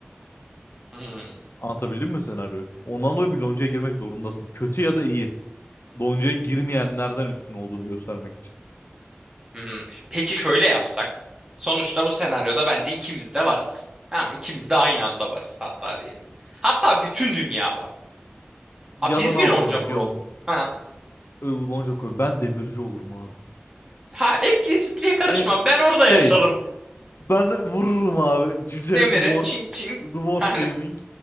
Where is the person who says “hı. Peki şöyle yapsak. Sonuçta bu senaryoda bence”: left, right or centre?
Right